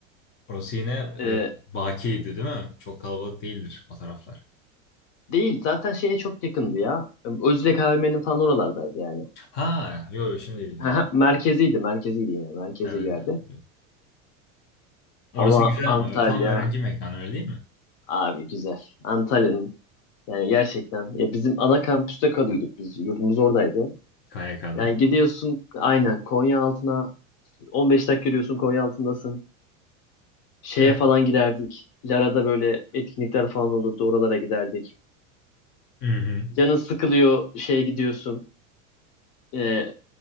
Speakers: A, on the left (about 30°); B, on the left (about 50°).
A: Orası yine e,
B: Ee,
A: Baki'ydi değil mi? Çok kalabalık değildir o taraflar.
B: değil zaten şeye çok yakındı ya. Özlek AVM'nin falan oralardaydı yani.
A: Ha, yok şimdi bildim.
B: <laughs>
A: Evet,
B: Merkeziydi, merkeziydi yani. Merkezi
A: evet,
B: bir yerde.
A: evet. biliyorum. Orası
B: Ama
A: güzel
B: Antalya
A: ama tam öğrenci mekanı öyle değil mi?
B: abi güzel. Antalya'nın yani gerçekten ya bizim ana kampüste kalıyorduk biz. Yurdumuz oradaydı.
A: KYK'da.
B: Yani gidiyorsun aynen Konya altına 15 dakika yürüyorsun Konya altındasın. Şeye
A: Evet.
B: falan giderdik. Lara'da böyle etkinlikler falan olurdu. Oralara giderdik.
A: Hı hı.
B: Canın sıkılıyor şeye gidiyorsun. Ee,